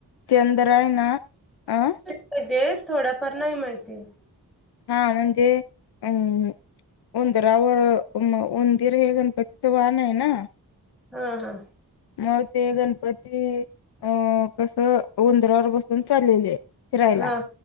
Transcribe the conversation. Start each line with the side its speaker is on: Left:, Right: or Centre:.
Left: चंद्राय ना अ.
Centre: माहीते ते थोड्याफार नाही माहिती ये.
Left: हा म्हणजे अंम्म. उंदरावर म उंदिर हे गणपतीचं वाहन हाय ना.
Centre: हा हा.
Left: मग ते गणपती अं कसं उंदरावर बसून चाललेले ये. फिरायला
Centre: हा